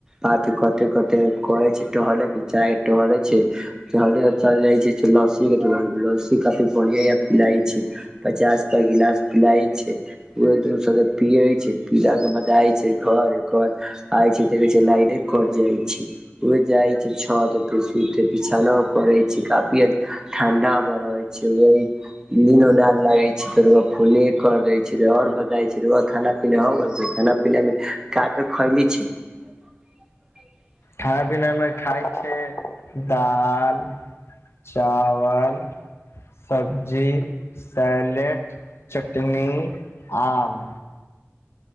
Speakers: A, on the right; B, on the left.
A: बात करते करते करे छै टहले के चाहे टहले छै चल जाइ छै लस्सी के दुकान पर लस्सी काफी बढ़िया पिलाइ छै पचास पर गिलास पिलाय छै पिये छै पीला के बाद जाय छै घर ओकर बाद आय छै देखे छै लाइने कट जाइत छै जाय छै छत पे सुते बिछौना करे छै काफी ठंडा बड़ लीनो ना लागै छै तऽ रौआ फोने कर दैत छै आओर बताै छैआ खाना पीना हो गेल छै खाना पीनामे का का खैले छियै <unintelligible>
B: खाना पीना मे खाय छै दाल चावल सब्जी सैलेड चटनी आम